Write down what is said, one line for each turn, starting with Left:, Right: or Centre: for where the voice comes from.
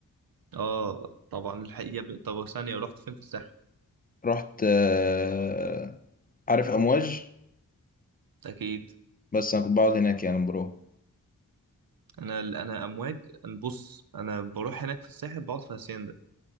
Right: اه طبعا الحقيقه ب- طب ثانيه رحت فين في الساحل
Left: رحت آه، عارف امواج
Right: اكيد
Left: بس انا كنت بقعد هناك يعني برو
Right: انا انا امواج أنا بص انا بروح هناك في الساحل بقعد في هاسيندا